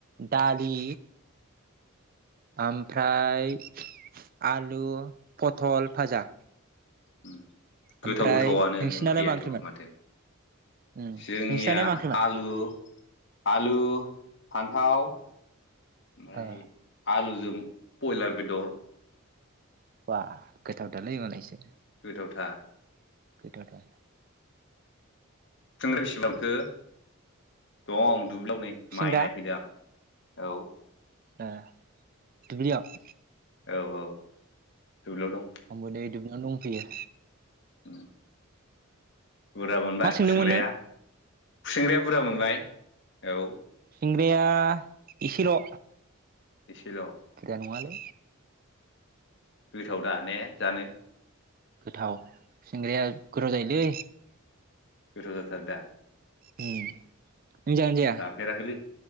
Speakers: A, on the right; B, on the left.
A: दालि आमफ्राय आलु पथल भाजा
B: उम गोथाव
A: ओमफ्राय
B: गोथावानो
A: नोंसिनालाय
B: ओंख्रियाथ
A: मा ओंख्रिमोन
B: माथो
A: उम
B: जोंनिया
A: नोंसिनालाय मा ओंख्रिमोन
B: आलु आलु फान्थाव ओमफ्राय
A: ओ
B: आलुजों बयलार बेदर
A: बा गोथावथालै मोनालायसो
B: गोथावथार
A: गोथावथा
B: थोंग्रा बेसेबांथो दं दुब्लियाव नै
A: खुसेंग्रा
B: माइ नायफैदो आं औ
A: ए दुब्लियाव
B: औ औ दुब्लियाव दं
A: आंबो दै दुब्लियाव दंफैयो
B: उ बुरजा मोनबाय
A: मा सोंदोंमोन
B: खुसेंग्राया
A: नों
B: खुसिंग्राया बुरजा मोनबाय औ
A: सिंग्राया इसेल'
B: एसेल
A: नङालै
B: गोथाव दा ने जानो
A: गोथाव सिंग्राया गोथाव जायोलै
B: गोथाव जाथारो दा
A: उम नों जागोना जाया
B: जाफेराखैलै